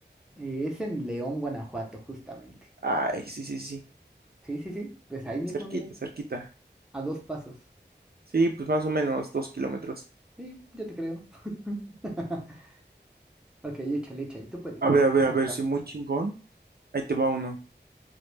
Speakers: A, in the centre; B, on the right.
A: Eh, es en León, Guanajuato, justamente.
B: Ay, sí, sí, sí.
A: Sí, sí, sí. Pues ahí mismo,
B: Cerquita,
A: mira.
B: cerquita.
A: A dos pasos.
B: Sí, pues más o menos dos kilómetros.
A: Sí, yo te creo. <laughs> Ok, échale, échale. Tú puedes.
B: A ver, a ver, a
A: Otra.
B: ver, sí, muy chingón. Ahí te va uno.